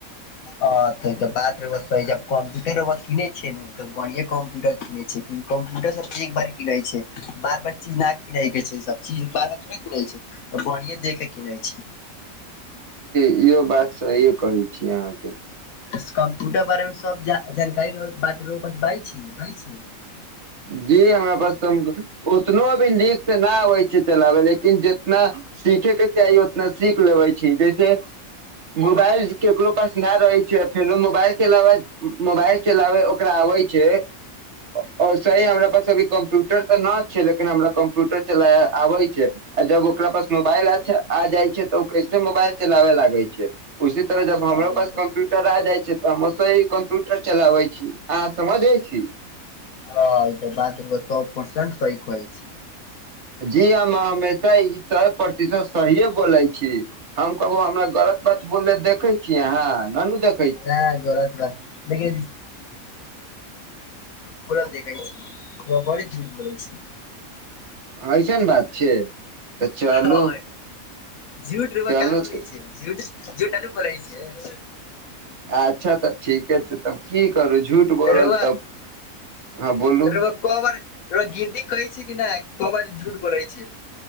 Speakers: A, on the left; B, on the right.
A: ओ तन बात। कम्प्यूटर किनै छै ने त बढ़िए कम्प्यूटर कनै छै कम्प्यूटर सब त एक बार कनै छै बार बार चीज नहि किनै के छै सब चीज बार बार थोड़े कनै छै। तऽ बढ़िए दे के किनै छै।
B: इ बात इ कह छै। छी अहां के।
A: इस कम्प्यूटर बारे मे सब जा जानकारी रहो, बात रहो, बस बाजै छीयै, बाजै छीयै।
B: जी हमरा बस संग ओतनो अभी नीक से न आबै छै चलाबै लै। लेकिन जतना सीखे के चाही ओतना सीख लेबै छीयै जे से मोबाइल जे केकरो पास न रहै छै फेरो मोबाइल के चलावे मोबाइल चलावे ओकरा आबे छै अ और सही हमरा पास अभी कंप्यूटर तऽ न छै लेकिन हमरा कंप्यूटर चलाबे आबे छै अ जब ओकरा पास मोबाइल अच्छा आय जाय छै तऽ उ कैसे मोबाइल चलावे लागे छै, उसी तरह जब
A: हँ
B: हमरो
A: ई
B: पास
A: तऽ
B: कम्प्यूटर आ जाइ से तऽ हम ओसे ही कम्प्यूटर चलाबै छी, अहां समझे छी।
A: हां ई तऽ बात मे सौ परसेंट सही कहै छी।
B: जी हम हमेशा ई सौ प्रतिशत सहीए बोले छी, हम कबो हमरा गलत बात बोलले देखे छीयै अहाँ नानू देख
A: नै गलत बात लेकिन पुरा देखय छी अहां बड़ झूठ बोलै छी।
B: ऐसन बात छै। तऽ चलू
A: हां झूठ रउवा
B: चलू
A: काहे बोलै
B: तऽ
A: छीयै, झूठ झूठ नै न बोलै छीयै।
B: अच्छा तऽ। ठीके छै तब की करू झूठ बोलल
A: त रउवा,
B: तब हँ बोलू
A: त रउवा क बार र गिनती करी। छी की नै क बार ई झूठ बोलै छै।